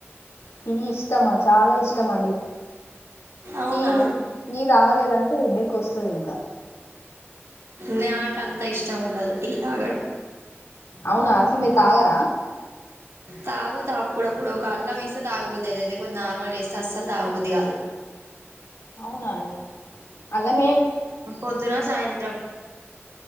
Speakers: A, on the left; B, on the right.
A: టీ ఇష్టమా చాలా ఇష్టమండి
B: అవునా
A: టీం ని తాగలేదంటే హెడ్డె కోస్తుది ఇంకా
B: న్యాకు అంత ఇష్టం ఉండదు టీ తాగడం
A: అవునా అసలు మీరు తాగరా
B: తాగుతా అప్పుడప్పుడు ఒక అల్లం వేస్తే తాగబుద్దైతది లేకపోతే నార్మల్ డేస్తే అస్సలు తాగబుద్ది కాదు
A: అవునా అండి అలా మే
B: పొద్దున సాయంత్రం